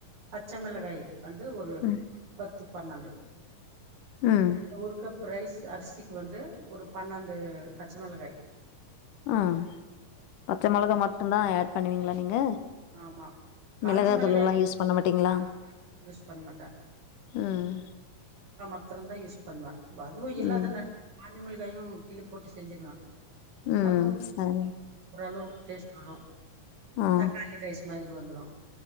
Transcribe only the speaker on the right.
பச்ச மெளகாயி வந்து ஒரு
பத்து பன்னெண்டு
ஒரு கப் ரைஸ் அரிசிக்கு வந்து ஒரு பண்னெண்டு பச்ச மெளகாய்
ஆமா காஞ்ச
மிளகாய்
ஆஹா யூஸ் பண்ண மாட்டே
மாத்துரந்தா யூஸ் பண்வ அதுவு இல்லாத
நேரத்துல காஞ்ச மிளகாயு கிள்ளி போட்டு செஞ்சுக்கலா
அதுவு
ஓரளவுக்கு டேஸ்ட் வரு
தக்காளி ரைஸ் மாதிரி வந்துரு